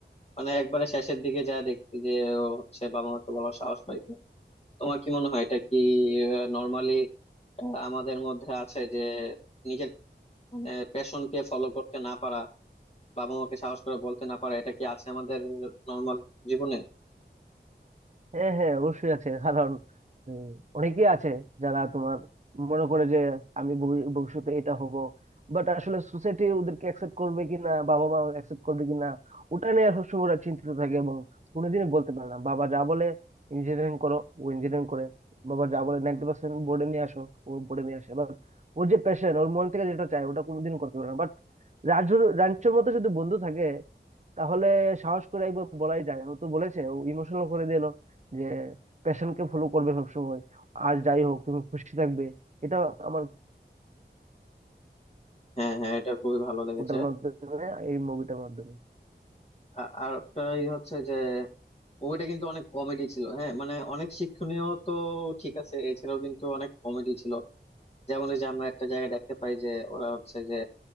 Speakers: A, on the left (about 35°); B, on the right (about 40°).
A: মানে একবারে শেষের দিকে যা দেখছি যে ও হচ্ছে বাবা মাকে বলার সাহস পাই তোমার কি মনে হয় এটা কি নর্মালি আমাদের মধ্যে আছে যে নিজের প্যাশনকে ফলো করতে না পারা বাবা মাকে সাহস করে বলতে না পারা এটা কি আছে আমাদের নর্মাল জীবনে
B: হ্যাঁ হ্যাঁ অবশ্যই আছে কারণ উম, অনেকেই আছে যারা তোমার মনে করে যে আমি ভবি- ভবিষ্যতে এটা হব বাট আসলে সোসাইটি ওদেরকে অ্যাকসেপ্ট করবে কিনা বাবা মা অ্যাকসেপ্ট করবে কিনা ওটা নিয়ে সবসময় ওরা চিন্তিত থাকে এবং কোনোদিনই বলতে পারে না বাবা যা বলে ইঞ্জিনিয়ারিং করো ও ইঞ্জিনিয়ারিং করে বাবা যা বলে নাইনটি পার্সেন্ট বোর্ডে নিয়ে আসো ও বোর্ডে নিয়ে আসে বাট ওর যে প্যাশন ওর মন থেকে যেটা চায় ওটা কোনোদিন করতে পারে না বাট রাজুর রাঞ্চোর মতো যদি বন্ধু থাকে তাহলে সাহস করে একবার বলাই যায় ও তো বলেছে ও ইমোশনাল করে দিল যে প্যাশনকে ফলো করবে সবসময় আর যাই হোক তুমি খুশি থাকবে এটা আমার
A: হ্যাঁ হ্যাঁ এটা খুবই ভালো লেগেছে
B: ওটার মাধ্যমে এই মুভিটার মাধ্যমে
A: আ- আর একটাই হচ্ছে যে মুভিটা কিন্তু অনেক কমেডি ছিল হ্যাঁ মানে অনেক শিক্ষণীয় তো ঠিক আছে এছাড়াও কিন্তু অনেক কমেডি ছিল যেমন এই যে আমরা একটা জায়গায় দেখতে পাই যে ওরা হচ্ছে যে